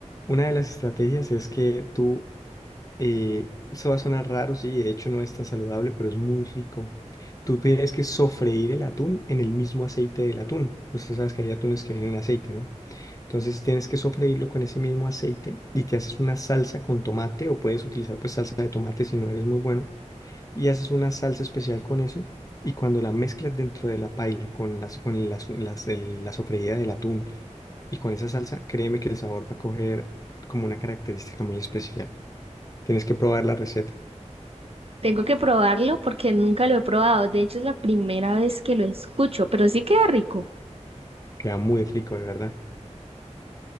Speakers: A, on the left; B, on the right.
A: una de las estrategias es que tú Eh, eso va a sonar raro, sí, de hecho no es tan saludable, pero es muy rico. Tú tienes que sofreír el atún en el mismo aceite del atún. Pues tú sabes que hay atunes que vienen en aceite, ¿no? Entonces tienes que sofreírlo con ese mismo aceite y te haces una salsa con tomate o puedes utilizar pues salsa de tomate si no eres muy bueno y haces una salsa especial con eso y cuando la mezclas dentro de la paila con las con las, las- el- la sofreída del atún y con esa salsa, créeme que el sabor va a coger como una característica muy especial. Tienes que probar la receta.
B: Tengo que probarlo porque nunca lo he probado. De hecho, es la primera vez que lo escucho, pero sí queda rico.
A: Queda muy rico, de verdad.